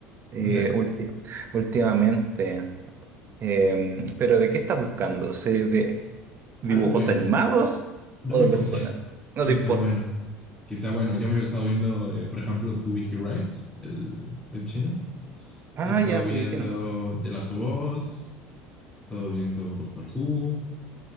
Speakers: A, on the right (about 40°); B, in the centre.
A: eh,
B: No sé,
A: ulti-
B: eh,
A: últimamente. Em, pero ¿de qué estás buscando? ¿Series de dibujos
B: algo bueno.
A: animados
B: No
A: o
B: me
A: de
B: importa
A: personas?
B: <laughs>
A: No
B: que
A: te
B: sea
A: importa.
B: bueno, que sea bueno. Yo me he estado viendo, eh, por ejemplo, To Be Hero X, el, el chino.
A: Ah,
B: He estado
A: ya,
B: viendo
A: tú dijeron.
B: The Last of Us, he estado viendo Doctor Who, he